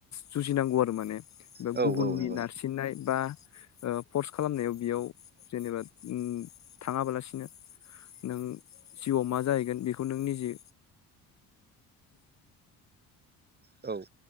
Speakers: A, on the left (about 45°); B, on the right (about 25°).
A: जुजिनांगौ आरो माने बा
B: औ
A: गुबुननि
B: औ नंगौ
A: नारसिननाय बा ओ फर्स खालामनायाव बेयाव जेनेबा उम थाङाबालासिनो नों जिउआव मा जाहैगोन बेखौ नों निजि
B: औ